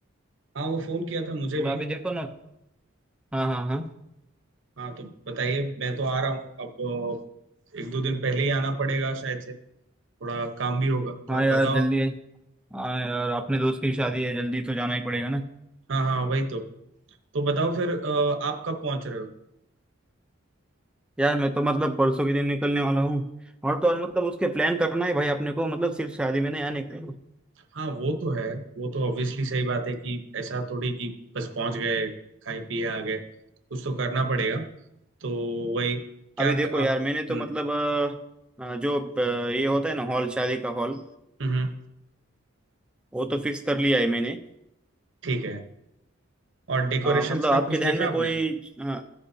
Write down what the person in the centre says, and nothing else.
मतलब
अभी देखो ना हाँ हाँ हाँ
हाँ
यार
जल्दी है हाँ यार अपने दोस्त की शादी है जल्दी तो जाना ही पड़ेगा ना
यार मैं तो मतलब परसों के दिन निकलने वाला हूँ और तो और मतलब उसके प्लान करना है भाई अपने को मतलब सिर्फ शादी में नहीं आने का
अभी देखो
यार मैंने तो
मतलब अ, अ, जो अ, ये होता है ना हॉल शादी का हॉल
वो तो फिक्स कर लिया है मैंने
हाँ मतलब
आपके
ध्यान
में
कोई हाँ